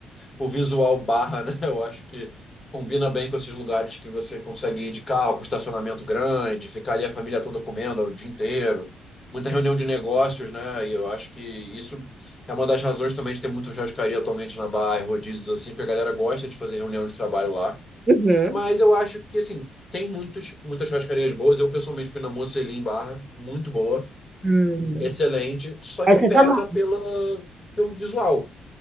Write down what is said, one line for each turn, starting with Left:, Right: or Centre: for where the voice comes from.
Left: o visual Barra, <laughs> né? Eu acho que combina bem com esses lugares que você consegue ir de carro, com estacionamento grande, ficar ali a família toda comendo o dia inteiro. Muita reunião de negócios, né? E eu acho que isso é uma das razões também de ter muita churrascaria atualmente na Barra, e rodízios assim, porque a galera gosta de fazer reunião de trabalho lá.
Right: Uhum.
Left: Mas eu acho que, assim, tem muitos, muitas churrascarias boas. Eu, pessoalmente, fui na Mocelin Barra, muito boa
Right: Hum.
Left: excelente, só
Right: Essa
Left: que peca
Right: é uma-
Left: pela, pelo visual.